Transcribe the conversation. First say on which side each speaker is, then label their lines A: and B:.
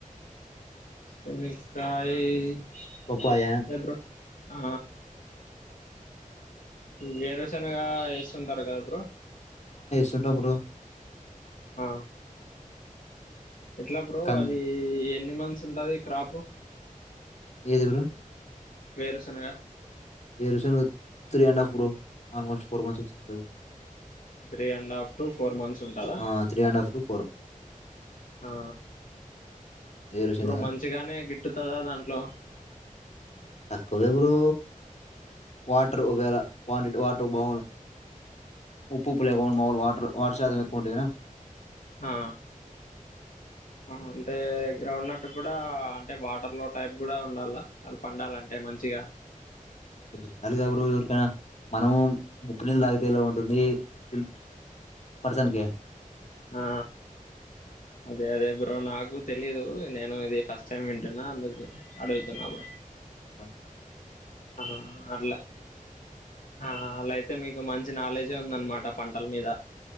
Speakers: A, on the left; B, on the left.
A: చెనాకయి అంతే
B: పప్పాయ
A: బ్రో ఆ వేరుశనగా వేస్తుంటారు గా బ్రో
B: తింటా బ్రో
A: అ ఎట్లా బ్రో
B: కన్
A: అది ఎన్ని మంత్స్ ఉంటది క్రాప్
B: ఏది బ్రో
A: వేరుశనగ
B: వేరుశనగ three and half bro almost four months వస్తది
A: three and half to four months ఉంటదా
B: ఆ three and half to four
A: ఆ
B: వేరుశనగ
A: బ్రో మంచిగానే గిట్టుతదా దాంట్లో
B: తక్కువే బ్రో వాటర్ ఒకవేళ క్వాంటి వాటర్ బగుండు ఉప్పు ఉప్పు లేకుండ మాములు వాటర్ వాటర్ శాతం ఎక్కువ ఉంటేగిన
A: ఆ ఆహా అంటే గ్రౌండ్న్నట్టు గుడా అంటే వాటర్ లో టైప్ గుడా ఉండాల అవ్ పండాలంటే మంచిగా
B: కొంచం ఉండాలిగా బ్రో ఎవరికైనా మనము ఉప్పు నీళ్లు తాగితే ఎలా ఉంటుంది ల్ పర్సన్ కి
A: ఆ అదే అదే బ్రో నాకు తెలీయదు నేను ఇది ఫస్ట్ టైం వింటున్నా అందుకు అడుగుతున్నా బ్రో
B: అ
A: ఆహా అట్లా అహా అలా అయితే మీకు మంచి నాలెడ్జే ఉందనమ ట పంటల్ మీద